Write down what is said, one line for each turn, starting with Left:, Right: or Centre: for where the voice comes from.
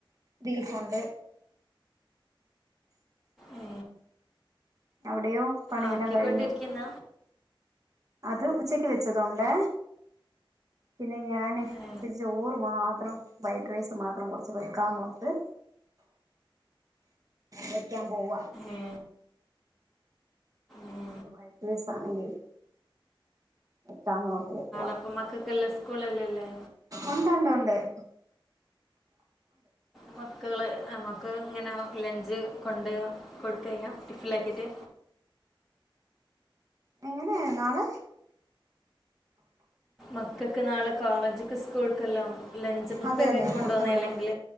Right: ബീഫുണ്ട്
Centre: ഏ,
Right: അവിടെ എടയോ പണിയെല്ലാം
Centre: ആക്കിക്കൊണ്ടിരിക്കുന്ന
Right: കഴിഞ്ഞു അത് ഉച്ചക്ക് വെച്ചതുണ്ട് പിന്നെ ഞാന് ഇച്ചിരി
Centre: ഏ,
Right: ച്ചോറ് മാത്രം വൈറ്റ് റൈസ് മാത്രം കുറച്ച് വെക്കാന്ന്ോർത്ത് വെക്കാൻ പോവ
Centre: ഏ, ഏ.
Right: കുച്ച വഴട്ട ദിവസ ആണെങ്കിൽ എട്ടാന്ന് ഓർത്തത് <unintelligible>
Centre: അപ്പ മക്കൾക്കല്ല സ്കൂളല്ലല്ലേ
Right: ഉണ്ട് ഉണ്ട് ഉണ്ട്
Centre: മക്കള് മക്ക ഇങ്ങനെ ലഞ്ച് കൊണ്ട് കൊടുത്ത് കഴിയാം ടിഫില ആാക്കിയിട്ട്
Right: എങ്ങനെയ നാളെ
Centre: പക്കയ്ക്ക് നാളെ കോളേജ്ക്ക് സ്കൂൾക്കെല്ലാം ലഞ്ച് പ്രിപ്പയർ
Right: അതെന്നെ
Centre: ചെയ്ത് കൊണ്ടുപോകുന്നില്ലെങ്കിൽ
Right: കൊടുത്തു വിടണം